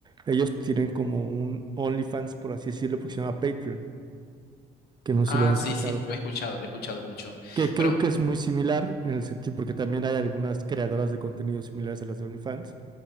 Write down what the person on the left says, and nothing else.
Ah,
sí, sí, lo he escuchado, lo he escuchado mucho.
Pero,